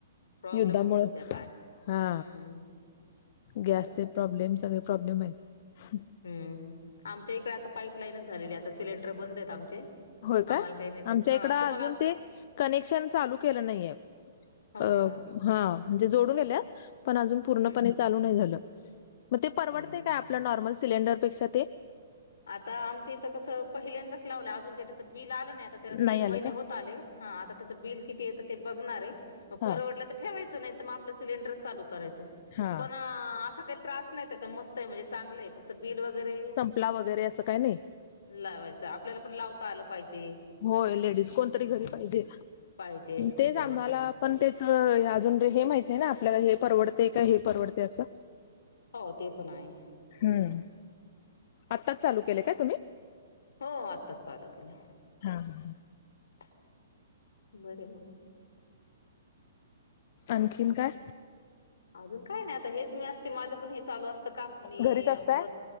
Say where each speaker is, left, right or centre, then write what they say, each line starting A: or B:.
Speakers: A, on the left; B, on the left.
A: प्रॉब्लेमच
B: युद्धामुळे
A: सध्या काय हम्म.
B: हा गॅसचे
A: चालत
B: प्रॉब्लेम सगळे प्रॉब्लेम आहेत.
A: हम्म आमच्या इकडे आता पाईपलाईनच झालेली आता सिलेंडर बंद आहेत आमचे
B: होय काय
A: आम्हाला काही नाही त्याच्या
B: आमच्या इकड
A: हा
B: अजून
A: तुम्हाला
B: ते कनेक्शन चालू केलं नाहीे
A: हो
B: अ
A: का
B: हां म्हणजे जोडून गेल्यात पण अजून पूर्णपणे
A: हम्म
B: चालू नाही झालं मग ते परवडत
A: हम्म हम्म
B: काय आपल्या
A: हम्म
B: नॉर्मल सिलेंडरपेक्षा ते
A: आता आमच इथं कसं पहिल्यांदाच लावलं अजून काही बिल आलं नाही आता त्याला तीन
B: नाही आलं
A: महिने
B: का
A: होत आले, हा आता त्याच बिल किती येत ते बघणार आहे. मग
B: हा
A: परवडल्या तर ठेवायचं नाही, तर मग आपलं सिलेंडरच चालू, करायचं
B: हा
A: पण असं काही त्रास नाही. मस्त आहे म्हणजे चांगलं आहे, फक्त बिल वगैरे,
B: ला वगैरे असं काही नाही,
A: लावायचं आपल्याला पण लावता आलं, पाहिजे
B: होय
A: ते
B: लेडीज
A: पण
B: कोणतरी
A: हम्म
B: घरी पाहिजे,
A: पाहिजे
B: तेच
A: त्याच्यामुळे
B: आम्हाला,
A: काय नाही
B: पण तेच अजून रे हे माहित आहे ना, आपल्याला हे परवडते का हे परवडते असं.
A: हो ते पण आहे,
B: हम्म आत्ताच चालू केले काय तुम्ही?
A: हो आता चालू केलं,
B: हा हा
A: <unintelligible> बर मग,
B: आणखीन काय?
A: अजून काय नाही आता हेच मी, असते माझं पण हे चालू असतं काम मी
B: घरीच असताय
A: व